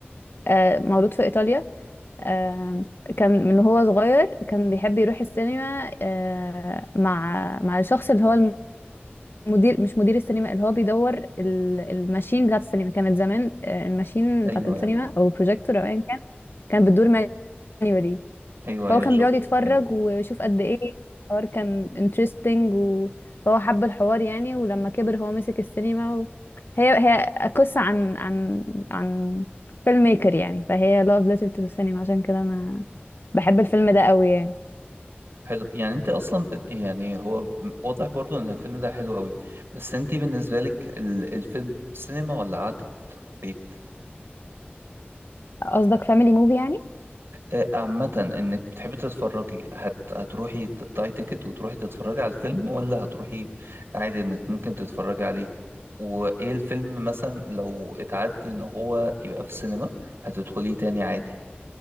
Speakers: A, on the left; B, on the right.
A: آه مولود في ايطاليا آم، كان من هو صغير كان بيحب يروح السينما آه، مع مع الشخص اللي هو المدير مش مدير السينما اللي هو بيدور ال- الماشين بتاعت السينما كانت زمان آه، الماشين
B: ايوه
A: بتاعت السينما او البروجيكتور او ايا كان كان بتدور مانيوالي
B: ايوه
A: فهو
B: ايوه
A: كان
B: شفت
A: بيقعد يتفرج
B: الفيديوهات
A: ويشوف قد ايه الحوار كان انترستنج فهو حب الحوار يعني ولما كبر هو مسك السينما و... هي هي قصة عن عن عن فيلم ميكر يعني فهي لاف ليتر تو السينما عشان كده انا بحب الفيلم ده قوي يعني
B: حلو يعني انت اصلا ب... يعني هو واضح برضو ان الفيلم ده حلو قوي بس انت بالنسبه لك ال... الفيلم سينما ولا قعده بيت
A: قصدك فاميلي موفي يعني
B: آه، عامه انك بتحبي تتفرجي هت... هتروحي تقطعي تيكت وتروحي تتفرجي على الفيلم ولا هتروحي عادي انك ممكن تتفرجي عليه وايه الفيلم مثلا لو اتعد ان هو يبقى في السينما هتدخليه تاني عادي